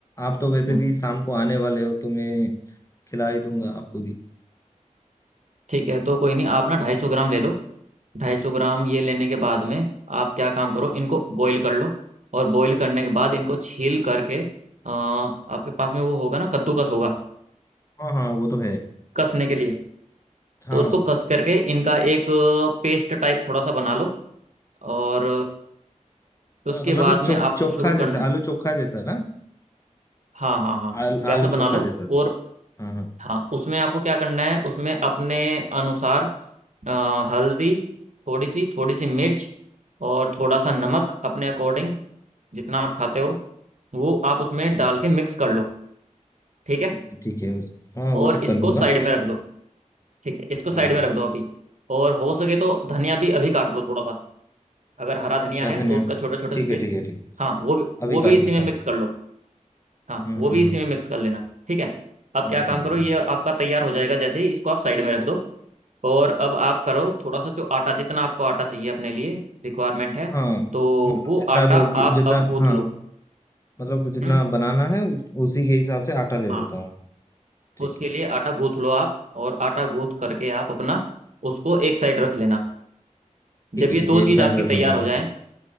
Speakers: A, on the left; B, on the right.
A: आप तो वैसे
B: हम्म,
A: भी शाम को आने वाले हो तो मैं खिला ही दूंगा आपको भी
B: ठीक है तो कोई नहीं आप ना ढाई सौ ग्राम ले लो ढाई सौ ग्राम ये लेने के बाद में आप क्या काम करो इनको बॉईल कर लो और बॉईल करने के बाद इनको छील करके अ, आपके पास में वो होगा ना कद्दूकस होगा
A: हाँ हाँ वो तो है
B: कसने के लिए
A: हाँ
B: तो उसको कस करके इनका एक पेस्ट टाइप थोड़ा सा बना लो और उसके
A: अ, मतलब
B: बाद
A: चो,
B: में आपको
A: चोखा
B: शुरू
A: जैसा
B: कर
A: आलू चोखा जैसा ना
B: हाँ हाँ हाँ
A: आल,
B: वैसा
A: आलू
B: बना
A: चोखा
B: लो
A: जैसा
B: और
A: हाँ हाँ
B: हाँ उसमें
A: ठीक
B: आपको क्या करना है उसमें अपने अनुसार अ, हल्दी थोड़ी सी थोड़ी सी मिर्च और थोड़ा सा नमक अपने अकॉर्डिंग जितना आप खाते हो वो आप उसमें
A: हाँ,
B: डाल
A: हाँ,
B: के मिक्स कर लो ठीक है
A: ठीक है ठीक है हाँ
B: और
A: वो सब
B: इसको
A: कर लूंगा
B: साइड में रख दो ठीक है इसको
A: हाँ
B: साइड
A: हाँ
B: में रख दो अभी और हो सके तो धनिया भी अभी काट लो थोड़ा सा अगर हरा धनिया
A: अच्छा
B: है
A: धन्यवाद
B: तो उसका छोटे छोटे
A: ठीक
B: से पीस
A: है ठीक है ठीक
B: हाँ वो भी वो
A: अभी
B: भी
A: काट
B: इसी
A: लेता
B: में मिक्स
A: हूँ
B: कर लो हाँ
A: हम्म
B: वो
A: हम्म
B: भी
A: हम्म
B: इसी में मिक्स कर लेना ठीक है अब क्या
A: Okay
B: काम करो
A: okay
B: ये आपका तैयार हो जाएगा जैसे ही इसको आप साइड में रख दो और अब आप करो थोड़ा सा जो आटा जितना आपको आटा चाहिए अपने लिए रिक्वायरमेंट है
A: हाँ मतलब
B: तो वो
A: जितना
B: आटा
A: रोटी
B: आप
A: जितना
B: अब गूंथ
A: हाँ
B: लो
A: मतलब जितना
B: हम्म
A: बनाना है उ- उसी के हिसाब से आटा ले
B: हाँ
A: लेता हूँ ठीक
B: उसके
A: है
B: लिए आटा गूंथ लो आप और आटा गूंथ करके आप अपना उसको एक साइड रख लेना
A: ठीक
B: जब
A: है
B: ये
A: ठीक
B: दो
A: है एक
B: चीज़
A: साइड
B: आपकी
A: रख
B: तैयार
A: लूंगा मैं
B: हो जाए